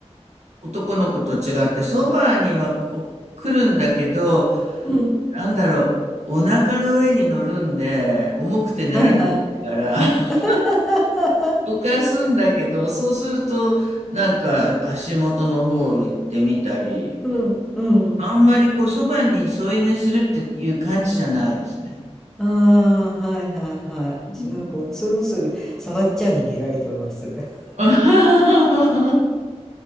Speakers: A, on the right (about 80°); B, in the centre.
A: 男の子と違って、そばにはこ来るんだけど、
B: うん、
A: なんだろう、お腹の上に乗るんで、重くて寝られないから、
B: はいはい。
A: <laughs>
B: <laughs>
A: どかすんだけど、そうすると、なんか足元の方行ってみたり、
B: うん、うん。
A: あんまりこう、そばに添い寝するっていう感じじゃないですね。
B: ああ、はいはいはい。しなんか恐る恐る触っちゃ逃げられてます。
A: うん
B: <laughs>
A: <laughs>